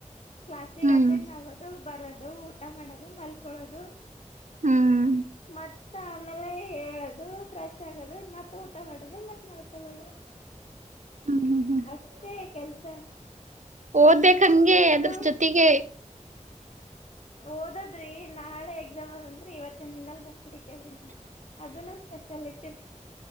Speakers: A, on the left (about 55°); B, on the right (about 70°).
A: ಕ್ಲಾಸಿಗೆ
B: ಹ್ಮ್
A: ಅಟೆಂಡ್ ಆಗೋದು ಬರದು ಊಟ ಮಾಡೋದು ಮಲ್ಕಳೋದು.
B: ಹ್ಮ್
A: ಮತ್ತ ಆಮೇಲೆ ಹೇಳದು ಫ್ರೆಶ್ ಆಗದು ಮತ್ತ ಊಟ ಮಾಡದು ಮತ್ತ್ ಮಾಡ್ಕೊಳ್ಳದು.
B: ಹ್ಮ್ ಹ್ಮ್ ಹ್ಮ್
A: ಅಷ್ಟೇ ಕೆಲ್ಸ
B: ಓದ್ಬೇಕ ಹಂಗೆ
A: ಅದು
B: ಅದ್ರ ಜೊತೆಗೆ.
A: ಓದದ್ರಿ ನಾಳೆ ಎಕ್ಸಾಮ್ ಅದಂದ್ರಿ ಇವತ್ ಚಂದಲ್ ಹೋಗ್ಡತಿವ್ರ ಅಗ ನಾವ್ ಸ್ಪೆಷಾಲಿಟ್ಟಿರಿ.